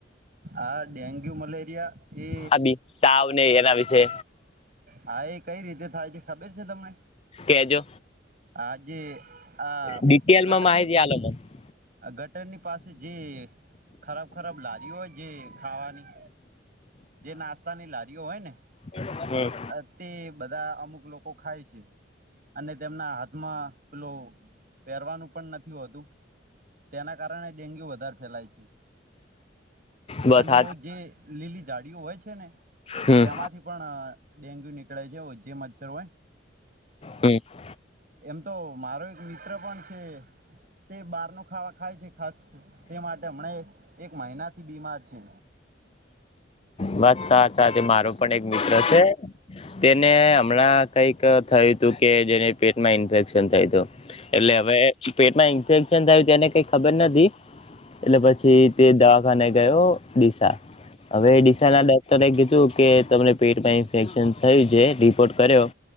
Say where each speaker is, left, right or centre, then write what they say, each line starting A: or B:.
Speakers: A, on the right; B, on the left.
A: આ ડેન્ગ્યુ મલેરિયા એ
B: આ બે તાવને એના વિશે
A: હા એ કઈ રીતે થાય છે ખબર છે તમને?
B: કેજો
A: આજે આ
B: ડિટેલમાં
A: ગટરની
B: માહિતી આલો મને
A: આ ગટરની પાસે જે ખરાબ ખરાબ લારીઓ હોય જે ખાવાની જે નાસ્તાની લારીઓ હોય ને
B: હું
A: અતે બધા અમુક લોકો ખાય છે. અને તેમના હાથમાં પેલું પહેરવાનું પણ નથી હોતું. તેના કારણે ડેન્ગ્યુ વધાર ફેલાય છે.
B: બસ
A: અને
B: હા
A: ઓ જે લીલી જાડીઓ હોય છે ને,
B: હમ
A: તેમાંથી પણ ડેન્ગ્યુ નીકળે છે, જે મચ્છર હોય
B: હમ
A: એમ તો મારો એક મિત્ર પણ છે. તે બહારનો ખાવા ખાય છે, ખાસ, તે માટે હમણે એક મહિનાથી બીમાર છે.
B: બસ સાચાચ મારો પણ એક મિત્ર છે તેને હમણાં કંઈક થયું હતું કે જેને પેટમાં ઇન્ફેક્શન <inaudible>
A: હા
B: એટલે હવે પેટમાં ઇન્ફેક્શન થયું છે, એને કઈ ખબર નથી. એટલે પછી તે દવાખાને ગયો ડીસા હવે
A: હા
B: ડીસાના ડોક્ટરે કીધું કે તમને પેટમાં ઇન્ફેક્શન થયું છે રિપોર્ટ કર્યો